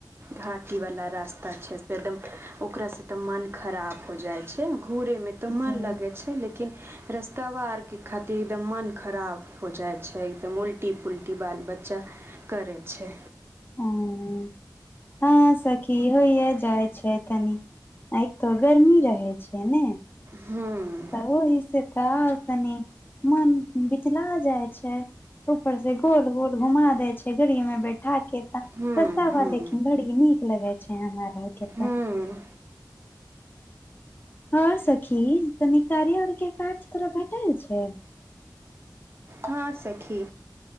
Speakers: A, on the right (about 35°); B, on the left (about 25°).
A: घाटी वाला रास्ता तऽ अच्छे से एकदम ओकरासँ तऽ मन खराब हो जाइ छै घूरेमे तऽ मन
B: जे
A: लगै छै लेकिन रास्तवा आरके खातिर एकदम मन खराब हो जाइ छै एकदम उल्टी पुलटी बाल बच्चा करै छै
B: हँ सखी की होइय जाइ छै तनी आ एक त गर्मी रहे छै ने
A: हूंम्म
B: तऽ ओहि से तऽ आ तनी मन बिचला जाय छै ऊपर से गोल गोल घुमा दै छै गाड़ी मे बैठा के तऽ
A: हूँ
B: रस्ता बा
A: हूँ
B: लेकिन बड़ी ई नीक लगे छै हमरा। के तऽ
A: हूंम्म
B: हँ सखी कनी कार्या आर के काज तोरा भेटल छै
A: हाँ सखी